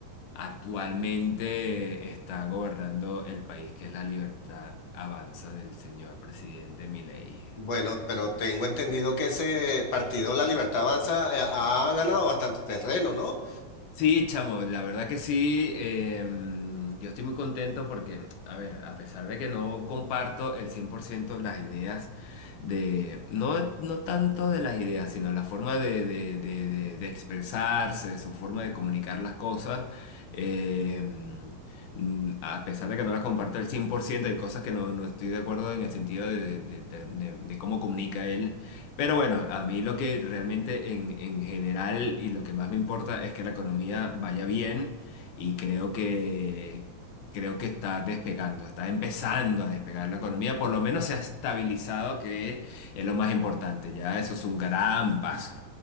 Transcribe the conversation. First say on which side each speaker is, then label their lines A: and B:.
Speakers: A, on the left (about 90°); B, on the left (about 55°).
A: actualmente está gobernando el país, que es la Libertad Avanza del señor presidente Milei.
B: Bueno, pero tengo entendido que ese partido, La Libertad Avanza, eh, ha ganado bastante terreno, ¿no?
A: Sí, chamo, la verdad que sí. em, yo estoy muy contento porque, a ver, a pesar de que no comparto el 100% las ideas de, no, no tanto de las ideas, sino la forma de, de- de- de- de expresarse, su forma de comunicar las cosas, em, mm, a pesar de que no las comparto el 100%, hay cosas que no, no estoy de acuerdo en el sentido de, de- de- de- de cómo comunica él. Pero bueno, a mí lo que realmente en, en general y lo que más me importa es que la economía vaya bien y creo que, creo que está despegando, está empezando a despegar la economía, por lo menos se ha estabilizado, que es lo más importante, ya eso es un gran paso.